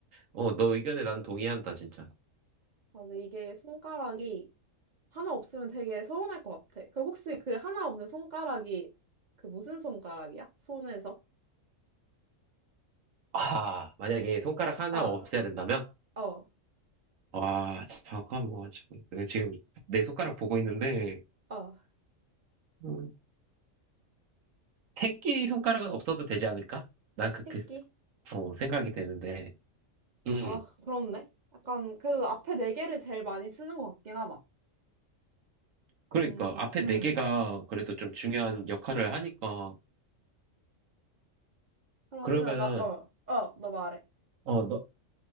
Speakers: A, on the right (about 75°); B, on the right (about 35°).
A: 어, 너 의견에 난 동의한다, 진짜.
B: 맞아. 이게 손가락이 하나 없으면 되게 서운할 것 같아. 그 혹시 그 하나 없는 손가락이 그 무슨 손가락이야? 손에서?
A: 아, 만약에 손가락 하나
B: 어,
A: 없애야 된다면?
B: 어,
A: 아, 잠깐만. 지금 내가 지금 내 손가락 보고 있는데,
B: 어.
A: 음. 새끼 손가락은 없어도 되지 않을까? 난 그렇게
B: 새끼?
A: 어, 생각이 되는데. 음.
B: 아, 그렇네. 약간 그래도 앞에 네 개를 제일 많이 쓰는 것 같긴 하다.
A: 그러니까
B: 음,
A: 앞에
B: 음.
A: 네 개가 그래도 좀 중요한 역할을 하니까.
B: 그러면
A: 그러면
B: 나, 어, 어, 너 말해.
A: 어, 너,